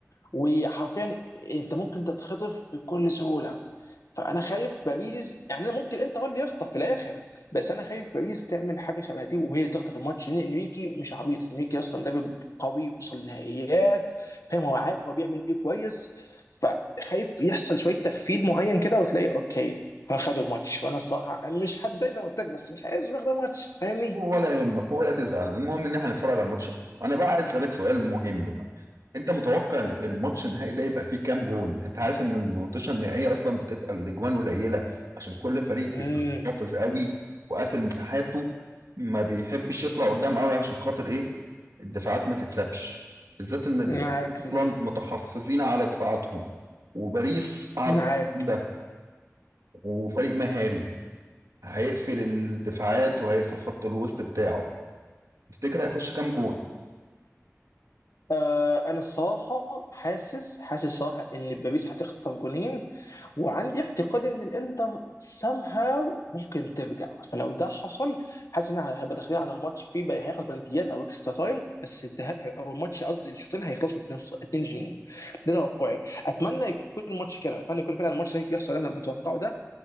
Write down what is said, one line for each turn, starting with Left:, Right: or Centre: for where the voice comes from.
Left: وحرفيا انت ممكن تتخطف بكل سهوله فانا خايف باريس يعني انا ممكن انت هو اللي يخطف في الاخر بس انا خايف باريس تعمل حاجه شبه دي وهي اللي تخطف الماتش لان انريكي مش عبيط انريكي اصلا مدرب قوي وصل لنهائيات فاهم هو عارف هو بيعمل ايه كويس فخايف يحصل شويه تغفيل معين كده وتلاقي اوكي خدوا الماتش وانا الصراحه مش هتضايق زي ما قلت لك بس مش عايز ياخدوا الماتش فاهمني؟
Right: ولا يهمك ولا تزعل المهم ان احنا هنتفرج على ماتش حلو انا بقى عايز اسالك سؤال مهم بقى انت متوقع الماتش النهائي ده يبقى فيه كام جون انت عارف ان الماتشات النهائيه اصلا بتبقى الاجوان قليله عشان كل فريق
Left: امم
Right: بيبقى محافظ قوي وقافل مساحاته ما بيحبش يطلع قدام قوي عشان خاطر ايه الدفاعات ما تتسابش بالذات ان الايطاليين
Left: معاك في
Right: اصلا
Left: دي
Right: متحفظين على دفاعاتهم وباريس عارفه
Left: معاك
Right: ده وفريق مهاري هيقفل الدفاعات وهيقفل خط الوسط بتاعه تفتكر هيخش كام جول؟
Left: آه، انا الصراحه حاسس حاسس صراحه ان باريس هتخطف جونين وعندي اعتقاد ان الانتر somehow ممكن ترجع فلو ده حصل حاسس ان انا هبقى داخلين على ماتش فيه بقى هيخلص بلنتيات او اكسترا تايم بس الذهاب هي- او الماتش قصدي الشوطين هيخلصوا 2 2 ده توقعي اتمنى يكون الماتش كده اتمنى يكون فعلا الماتش ده يحصل اللي انا بتوقعه ده